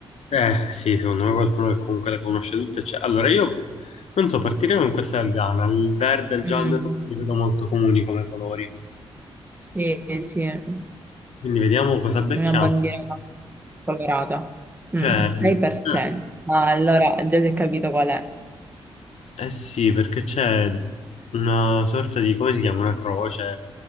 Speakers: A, on the left (about 70°); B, on the right (about 15°).
A: Eh, sì, secondo me qualcuno che comunque le conosce tutte c'è. Allora, io non so, partiremo in questa del Ghana. Il verde, il
B: Mm.
A: giallo e il rosso li vedo molto comuni come colori.
B: Sì, sì,
A: Quindi vediamo cosa becchiamo.
B: una bandiera colorata.
A: Ok.
B: Mm,
A: Eh
B: 6%. Ah, allora, già si è capito qual è.
A: eh sì, perché c'è una sorta di, come si chiama? Una croce.